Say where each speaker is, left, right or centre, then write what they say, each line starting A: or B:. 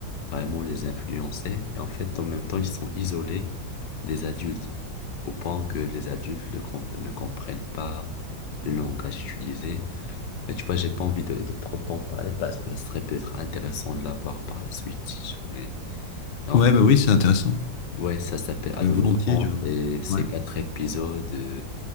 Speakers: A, on the left (about 70°); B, on the left (about 50°).
A: vraiment les influencer. Et en fait, en même temps, ils sont isolés des adultes, au point que les adultes ne, com- ne comprennent pas le langage utilisé. mais tu vois, j'ai pas envie de, de trop en parler parce que ça serait peut-être intéressant de la voir par la suite, si jamais. Et en
B: Ouais,
A: plus,
B: bah oui, c'est intéressant. Mais
A: ouais, ça s'appelle
B: Je,
A: Adolescence
B: volontiers, je,
A: et c'est
B: ouais,
A: quatre épisodes euh,